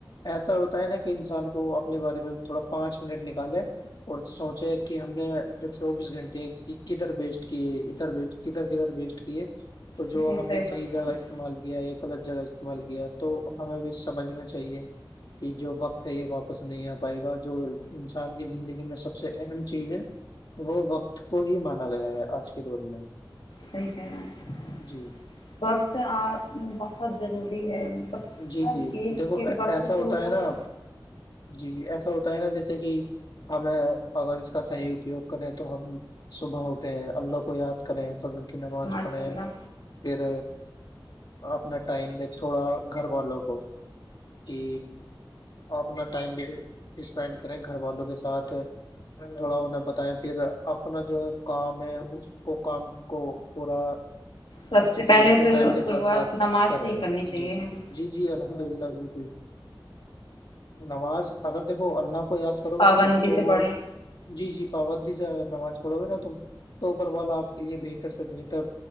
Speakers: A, on the left; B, on the left.
A: ایسا ہوتا ہے نا کہ انسان کو اپنے بارے میں تھوڑا پانچ منٹ نکالے اور سوچے کہ ہم نے چوبیس گھنٹے کی کدھر بیسٹ کیے ادھر بیسٹ کدھر کدھر بیسٹ کیے تو جو
B: جی
A: ہم نے صحیح
B: فرما
A: جگہ
B: رہے ہیں
A: استعمال کیا ایک غلط جگہ استعمال کیا تو ہمیں بھی سمجھنا چاہیے کہ جو وقت ہے یہ واپس نہیں آ پائے گا جو انسان کی زندگی میں سب سے اہم چیز ہے وہ وقت کو ہی مانا گیا ہے آج کے دور میں
B: صحیح کہہ رہے ہیں
A: جی
B: وقت بہت ضروری ہے
A: جی
B: ہر
A: جی
B: چیز
A: دیکھو
B: کے وقت
A: ایسا ہوتا
B: سے
A: ہے نا
B: تو
A: جی جی ایسا ہوتا گا جیسے کہ ہمیں اگر اس کا صحیح اپیوگ کریں تو ہم صبح اٹھیں اللہ کو یاد کریں فضل کی نماز
B: ماشاء
A: پڑھے
B: اللہ
A: پھر اپنا ٹائم ب تھوڑا گھر والوں کو کہ اپنا ٹائم بھی اسپینڈ کریں گھر والوں کے ساتھ تھوڑا انہیں بتائے پھر اپنا جو کام ہے اس کو کام کو پورا
B: سب
A: اچھی
B: پہلے
A: طریقے سے
B: تو
A: ٹائم کے ساتھ
B: شروعات
A: ساتھ
B: نماز
A: کریں
B: سے ہی کرنی چاہیے
A: جی
B: ہمیں
A: جی جی جی الحمد للہ بالکل نماز اگر دیکھو اللہ کو یاد کرو
B: پابندی
A: گے نا تم تو
B: سے
A: وہ
B: پڑھیں
A: جی جی پابندی سے ا نماز پڑھو گے نا تم تو اوپر وال آپ کے لیے بہتر سے بہتر